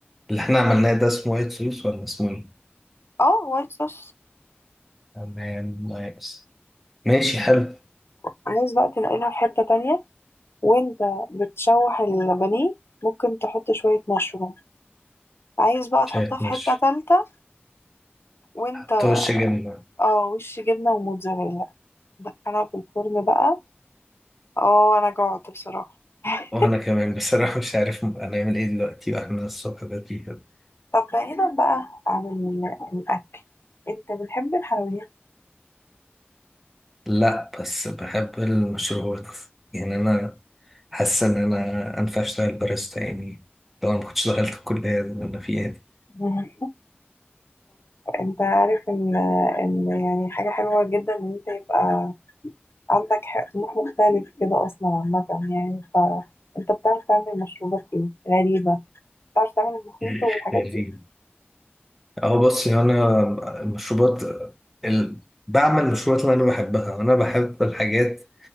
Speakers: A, in the centre; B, on the left.
A: اللي احنا عملناه ده اسمه وايت سوس ولا اسمه ايه
B: اه وايت صوص
A: تمام نايس ماشي حلو
B: عايز بقى تنقلها في حتة تانية وانت بتشوح البانيه ممكن تحط شوية مشروم عايز بقى
A: شايف
B: تحطها في
A: مش
B: حتة تالتة وانت
A: حط وش جبنة
B: اه وش جبنة وموتزاريلا دخلها في الفرن بقى اه انا جوعت بصراحة <laughs>
A: وانا كمان بصراحة مش عارف هنعمل ايه دلوقتي واحنا الصبح بدري كده.
B: طب بعيدا بقى عن ال- الأكل انت بتحب الحلويات
A: لا بس بحب المشروبات يعني انا حاسس ان انا انفع اشتغل باريستا يعني طبعا ما كنتش دخلت الكلية اللي انا فيها دي.
B: <laughs> مم. انت عارف ان ان يعني حاجة حلوة جدا ان انت يبقى عندك ح- طموح مختلف كده اصلا عامة يعني ف انت بتعرف تعمل مشروبات ايه غريبة بتعرف تعمل المخيط
A: <laughs>
B: والحاجات
A: خريج
B: دي
A: اهو بصي انا المشروبات ال... بعمل المشروبات اللي انا بحبها انا بحب الحاجات